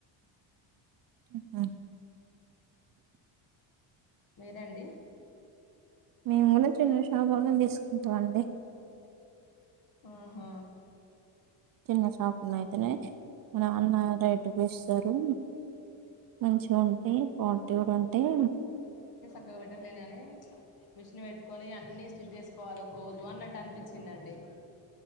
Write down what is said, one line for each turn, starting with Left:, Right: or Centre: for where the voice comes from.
Right: ఆహ
Left: మీరండి
Right: మేము కూడా చిన్న షాపులోనే తీసుకుంటాం అండి
Left: ఆహా
Right: చిన్న షాప్లో అయితనే మా నాన్న రైటు పీస్ తరు మంచి ఉంటాయి క్వాలిటీ కూడా ఉంటాయ్
Left: క్క పెట్టలేనననే మిషన్ పెట్టుకొని అన్ని స్టిచ్ చేసుకోవాలి ఒక రోజు అన్నట్టు అనిపించ్ చిందండి